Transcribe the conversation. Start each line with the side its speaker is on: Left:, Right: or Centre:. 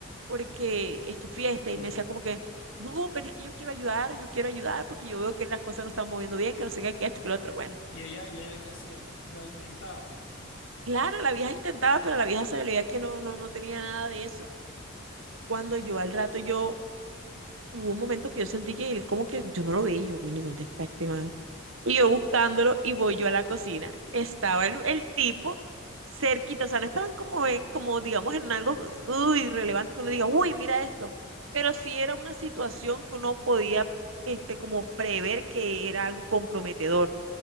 Right: porque es tu fiesta.
Left: Sí.
Right: Y me decía como que, no, pero es que yo quiero ayudar, yo quiero ayudar porque yo veo que las cosas no están moviendo bien, que no sé qué, que esto, que lo otro. Bueno.
Left: Y ella, y ella qué hacía, lo intentaba, pues.
Right: Claro, la vieja intentaba, pero la vieja se veía que no, no, no tenía nada de eso. Cuando yo
Left: Ok.
Right: al rato, yo, hubo un momento que yo sentí que él como que yo no lo veía, y yo, bueno, ¿y dónde está este man? Y yo buscándolo y voy yo a la cocina. Estaba el, el tipo cerquita, o sea, no estaban como, eh, como digamos, en algo uy, relevante que uno diga, uy, mira esto. Pero sí era una situación que uno podía, este, como prever que era algo comprometedor.